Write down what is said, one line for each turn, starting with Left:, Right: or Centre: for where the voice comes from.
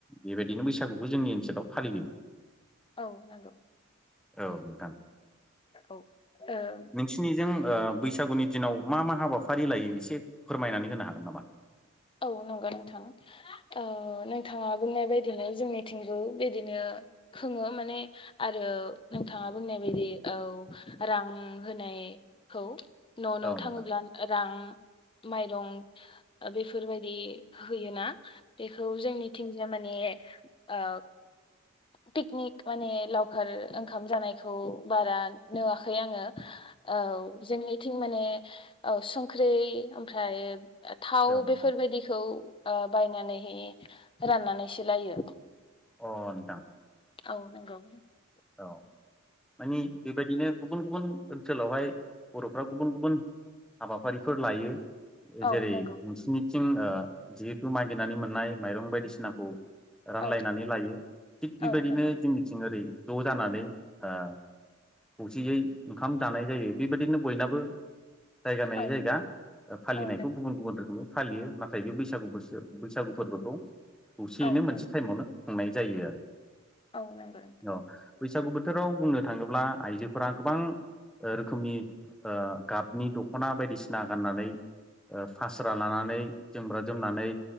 Centre: बेबायदिनो बैसागुखौ जोंनि ओनसोलाव फालियो
Left: औ नोंगौ
Centre: औ नोंथां
Left: औ
Centre: नोंसिनिजों ओ बैसागुनि दिनाव मा मा हाबाफारि लायो एसे फोरमायनानै होनो हागोन नामा
Left: औ नंगौ नोंथां ओ नोंथाङा बुंनाय बायदिनो जोंनिथिंगौ बिदिनो खोङो माने आरो नोंथाङा बुंनाय बायदि औ रां होनायखौ न न
Centre: औ नोंथां
Left: थाङोब्ला रां माइरं ओ बेफोर फोरबायदि होयोना बेखौ जोंनिथिंजाय मानि ओ पिकनिक माने लावखार ओंखाम जानायखौ बारा नुवाखै आङो औ जोंनिथिं माने औ सब ख्रै ओमफ्राय थाव
Centre: अ नोंथां
Left: बेफोरबायदिखौ ओ बायनानैहै राननानैसो लायो
Centre: अ नोंथां
Left: औ नोंगौ
Centre: औ मानि बेबायदिनो गुबुन गुबुन ओनसोलावहाय बर'फ्रा गुबुन गुबुन हाबाफारिफोर लायो
Left: औ
Centre: जेरै
Left: नंगौ
Centre: नोंसिनिथिं जिहेथु मागिनानै मोननाय माइरं बायदिसिनाखौ रानलायनानै
Left: औ
Centre: लायो थिग बेबायदिनो
Left: औ नंगौ
Centre: जोंनिथिं ओरै ज' जानानै ओ खौसेयै ओंखाम जानाय जायो बेबायदिनो बयनाबो जायगा नायै
Left: औ
Centre: जायगा फालिनायखौ
Left: औ नों
Centre: गुबुन गुबुन रोखोमनि फालियो नाथाय बे बैसागु बोसोर बैसागु फोरबोखौ खौसेयैनो
Left: औ नों
Centre: मोनसे टाइमावनो खुंनाय जायो आरो
Left: औ नंगौ नों
Centre: न' बैसागु बोथोराव बुंनो थाङोब्ला आइजोफोरा गोबां ओ रोखोमनि ओ गाबनि दखना बायदिसिना गाननानै ओ फास्रा लानानै जोमग्रा जोमनानै